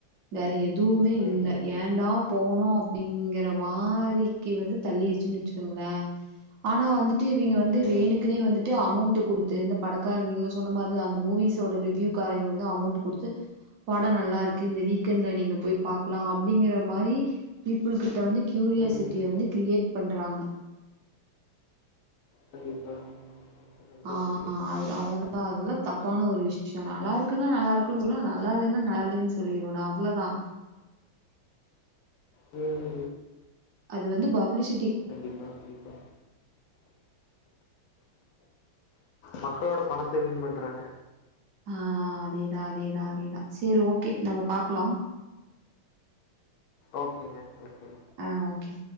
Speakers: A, on the right; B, on the left.
A: வேற எ துவுமே
B: ம்.
A: இல்ல
B: ம். ம்.
A: ஏண்டா போனோ அப்படிங்கற மாரிக்கு வந்து தள்ளிருச்ன் வச்சுக்கோங்ளேன் ஆனா வந்து டு இவுங்க
B: ஓகே.
A: வந்து வேணு த்னி வந்துட்டு அமௌண்ட் குடுத்து இந்த படக்க நீங்க சொன்ன மாதிரி தா அந்த மூவிஸோட ரிவ்யு காரங்க வந்து அமௌண்ட் குடுத்து படம் நல்லா இருக்கு இந்த வீக் எண்டுல நீங்க போய் பாக்லா அப்படிங்கிற மாரி பீப்புள்கிட்ட வந்து கியூரியாசிட்டிய
B: ம்.
A: வந்து கிரியேட் பண்றாங்க
B: கண்டிப்பா நடந்துட்டு
A: ஆ
B: இருக்கு.
A: அ அதெல்லா அதெல்லா தப்பான ஒரு விஷய நல்லா இருக்குன்ன நல்லா இருக்கு சொல்ல நல்லா இல்லனா நல்லனு சொல்லிருவ நா அவ்ளோதா
B: ம்
A: அது வந்து பப்ளிஷ்
B: கண்டிப்பா கண்டிப்பா மக்களோட பணத்தை வீண் பண்றாங்க
A: ஆ அதேதா அதேதா அதேதா செரி ஓகே நம்ம பாக்லா
B: ஓகேங்க ஓகே
A: ஆ ஓகே